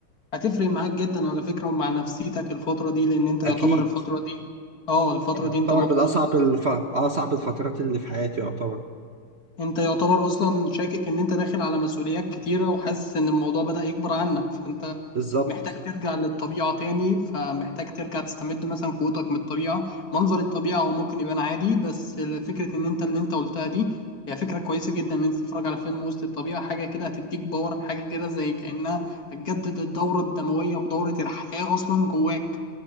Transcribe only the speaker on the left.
هتفرق معاك جدا على فكرة ومع نفسيتك الفترة دي لأن أنت يعتبر
الفترة دي اه الفترة
دي أنت مضغوط
أنت يعتبر أصلا شاكك إن أنت داخل على مسؤوليات كتيرة وحاسس إن الموضوع بدأ يكبر عنك فأنت
محتاج ترجع للطبيعة تاني فمحتاج ترجع تستمد مثلا قوتك من الطبيعة منظر الطبيعة هو ممكن يبان عادي بس فكرة إن أنت اللي أنت قلتها دي هي فكرة كويسة جدا إن أنت تتفرج على فيلم وسط الطبيعة حاجة كده هتديك باور حاجة كده زي كأنها هتجدد الدورة الدموية ودورة الحياة أصلا جواك